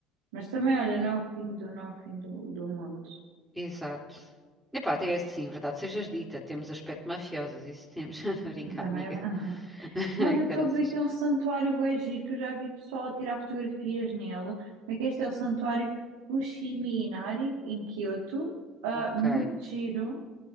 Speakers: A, on the right; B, in the centre.
A: mas também, olha, não é o fim do, não é o fim do, do mundo.
B: Exato. Epá, até é assim, verdade sejas dita, temos aspecto mafiosos, isso temos. <laughs> Brinca,
A: Também
B: amiga.
A: é verdade.
B: <laughs>
A: <laughs> Olha,
B: Ai, caraças.
A: estou a ver aqui um santuário bué giro, que eu já vi pessoal a tirar fotografias nele. Como é que é este é o santuário Fushimi Inari, em Kyoto? Ah,
B: Ok.
A: muito giro.